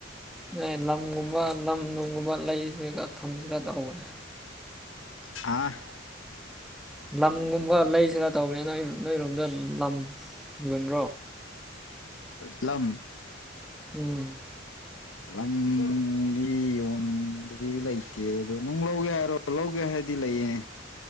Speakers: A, in the centre; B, on the left.
A: ꯅꯣꯏ ꯂꯝꯒꯨꯝꯕ ꯂꯝ ꯅꯨꯡꯒꯨꯝꯕ ꯂꯩꯔꯒ ꯊꯝꯁꯤꯒꯥ ꯇꯧꯕꯅꯦ
B: ꯍꯥꯥ
A: ꯂꯝꯒꯨꯝꯕ ꯂꯩꯁꯤꯔꯥ ꯇꯧꯕꯅꯦ ꯅꯣꯏ ꯅꯣꯏꯔꯣꯝꯗ ꯂꯝ ꯌꯣꯟꯕ꯭ꯔꯣ
B: ꯂꯝ
A: ꯎꯝ
B: ꯂꯝꯗꯤ ꯌꯣꯟꯕꯗꯤ ꯂꯩꯇꯦ ꯑꯗꯨꯅ ꯅꯪ ꯂꯧꯒꯦ ꯍꯥꯏꯔꯣ ꯂꯧꯒꯦ ꯍꯥꯏꯔꯗꯤ ꯂꯩꯌꯦ